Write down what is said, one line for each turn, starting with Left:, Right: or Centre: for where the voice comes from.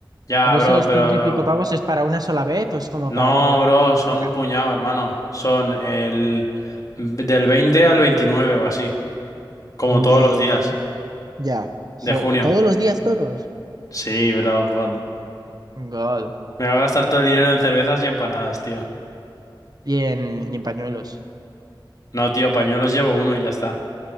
Left: Ya,
Right: ¿Pero esos
Left: bro, pero...
Right: ciento y pico pavos es para una sola vez o es como
Left: No,
Right: para toda la
Left: bro, son
Right: vida?
Left: un puñado, hermano. Son el... del 20 al 29 o así. Como todos
Right: De...
Left: los días
Right: Ya. Jo,
Left: de junio.
Right: ¿todos los días toros?
Left: Sí, bro, God.
Right: God.
Left: Me voy a gastar todo el dinero en cervezas y empanadas, tío.
Right: Y en, y en pañuelos.
Left: No, tío, pañuelos llevo uno y ya está.